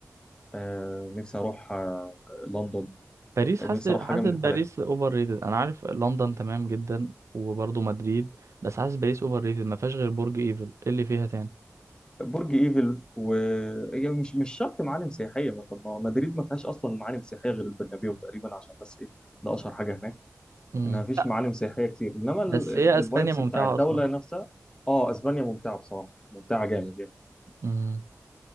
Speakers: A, on the left (about 15°); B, on the right (about 60°).
A: آه، نفسي اروح آه، لندن
B: باريس
A: آه،
B: حاسس
A: نفسي اروح
B: حاسس
A: حاجه من
B: باريس
A: الثلاثه
B: اوفر ريتد انا عارف لندن تمام جدا وبرضو مدريد بس حاسس باريس اوفر ريتد ما فيهاش غير برج ايفل إيه اللي فيها تاني
A: برج ايفل و هي مش مش شرط معالم سياحيه ما طب ما مدريد ما فيهاش اصلا معالم سياحيه غير البرنابيو تقريبا عشان بس ايه ده اشهر حاجه هناك
B: مم.
A: انها ما فيش
B: لا
A: معالم سياحيه كتير انما
B: بس هي
A: الفايبس
B: اسبانيا ممتعة
A: بتاع الدوله
B: اصلا
A: نفسها اه اسبانيا ممتعه بصراحه ممتعه جامد يعني
B: مم.